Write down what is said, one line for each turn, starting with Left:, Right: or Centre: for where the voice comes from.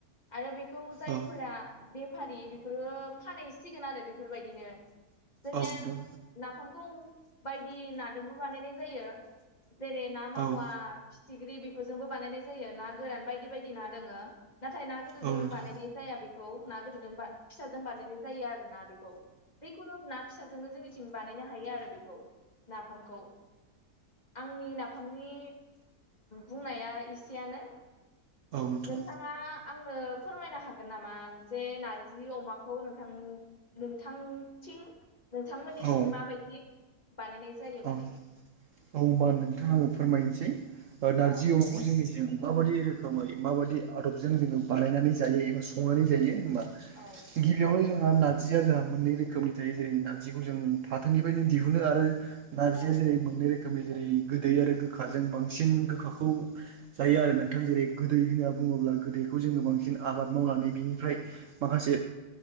Left: आरो बे जायफोरा
Right: औ
Left: बेफारि बे फानहैसिगोन आरो बेफोरबायदिनो जोंनिया
Right: औ नोंथां
Left: नाफाम गौ बायदि नाजोंबो बानायनाय जायो जेरै ना मावा।
Right: औ नोंथां औ
Left: फिथिख्रि बेफोरजोंबो बानायनाय जायो ना गोरान बायदि बायदि ना दोङो। नाथाय ना गोदोजों
Right: औ नोंथां
Left: बानायनाय
Right: औ
Left: जाया बेखौ ना गोदोजों फिसाजों बानायनाय जायो आरो ना? बेखौ जिखुनु ना फिसाजोंनो जोंनिथिं बानायनो हायो आरो बेखौ। नाफामखौ आंनि नाफामनि बुंनाया एसेयनो।
Right: नोंथां
Left: नोंथाङा आंनो फोरमायनो हागोन नामा? जि अमाखौ नोंथां नोंथांथिं नोंथांमोननिथिं
Right: औ
Left: माबायदि बानायनाय जायो
Right: औ
Left: माने
Right: औ होनबा नोंथाङाबो फोरमायनोसै नारजि
Left: औ
Right: अमाखौ जोंनिजों माबायदि रोखोमै माबायदि आदबजों जोङो बानायनानै जायो एबा संनानै जायो होमबा
Left: औ
Right: गिबियावनो जों नारजिया जोंहा मोननै रोखोमनि थायो जेरै नारजिखौ जों फाथोनिफ्रायनो दिहुनो आरो नारजि
Left: औ
Right: जेरै मोननै रोखोम रोखोमनि जेरै गोदै आरो गोखाजों बांसिन गोखाखौ जायो आरो नोंथां जेरै गोदै होनना बुङो। बुङोब्ला गोदैखौ जोङो बांसिन आबाद मावनानै बिनिफ्राय माखासे